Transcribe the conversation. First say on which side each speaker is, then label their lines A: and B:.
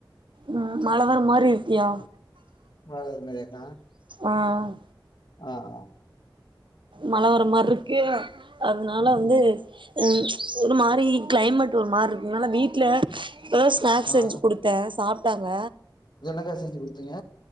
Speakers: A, on the right; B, on the left.
A: ம் மழ வர மாரி இருக்கியா
B: மழ வர மாரியாகா
A: ஆ
B: அ அ
A: மழ வர மாரிருக்கு அதனால வந்து அ ச்ச் ஒரு மாரி க்ளைமேட் ஒரு மாரிருக் இத்னால வீட்ல இப்பதா ஸ்நாக்ஸ்
B: ஆ
A: செஞ்சு குடுத்தே சாப் ட்டாங்க
B: என்னக்கா செஞ்சு குடுத்தீங்க